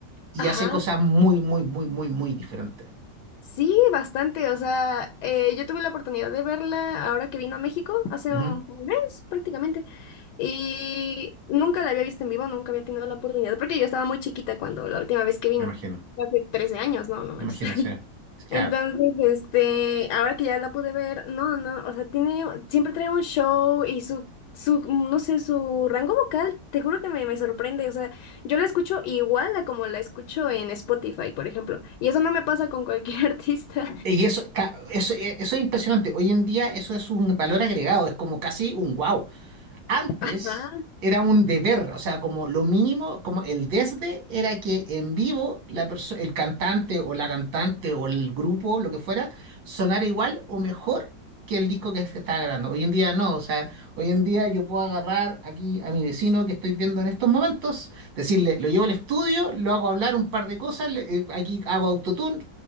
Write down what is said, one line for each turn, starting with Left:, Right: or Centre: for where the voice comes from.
Right: y
Left: Ajá.
Right: hace cosas muy, muy, muy, muy, muy diferentes.
Left: Sí, bastante. O sea, eh, yo tuve la oportunidad de verla ahora que vino a México, hace
Right: Ujú,
Left: un un mes prácticamente. Y nunca la había visto en vivo, nunca había tenido la oportunidad, porque yo estaba muy chiquita cuando la última vez que vino.
Right: Me imagino,
Left: Hace 13 años, no, no manches.
Right: me imagino, sí. Claro.
Left: Entonces, este, ahora que ya la pude ver, no, no, o sea, tiene, siempre trae un show y su, su, no sé, su rango vocal, te juro que me, me sorprende, o sea, yo la escucho igual a como la escucho en Spotify, por ejemplo, y eso no me pasa con cualquier <laughs> artista.
Right: Y eso, ca- eso, e- eso es impresionante. Hoy en día eso es un valor agregado, es como casi un wow. Antes
Left: Ajá.
Right: era un deber, o sea, como lo mínimo, como el desde era que en vivo la perso- el cantante o la cantante o el grupo, lo que fuera, sonara igual o mejor que el disco que se estaba grabando. Hoy en día no, o sea, hoy en día yo puedo agarrar aquí a mi vecino que estoy viendo en estos momentos, decirle, lo llevo al estudio, lo hago hablar un par de cosas, le- eh, aquí hago autotune,